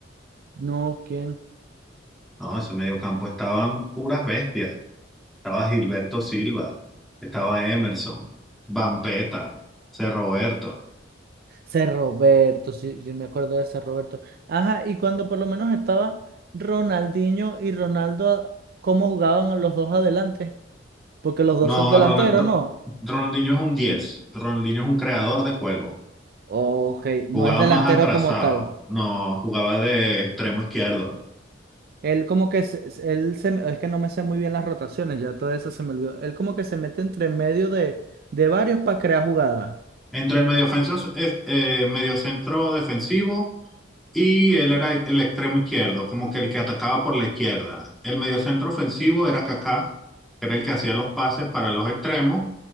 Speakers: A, on the right (about 55°); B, in the centre.
A: No, ¿quién?
B: No, ese mediocampo estaban puras bestias. Estaba Gilberto Silva, estaba Emerson, Vampeta, C. Roberto.
A: Ser Roberto, sí, sí me acuerdo de Ser Roberto. Ajá, y cuando por lo menos estaba Ronaldinho y Ronaldo, a- ¿cómo jugaban los dos adelante? Porque los dos
B: No,
A: son delanteros,
B: Rona- Ro-
A: ¿no?
B: Ronaldinho es un diez Ronaldinho es un creador de juego.
A: Ok,
B: Jugaba
A: no es delantero
B: más atrasado,
A: como tal.
B: no, jugaba de extremo izquierdo.
A: Él como que, se- se- él se, me- es que no me sé muy bien las rotaciones, ya todo eso se me olvidó. Él como que se mete entre medio de, de varios para crear jugadas.
B: Entre el mediofenso- eh, eh, mediocentro defensivo y él era el extremo izquierdo, como que el que atacaba por la izquierda. El mediocentro ofensivo era Kaká, que era el que hacía los pases para los extremos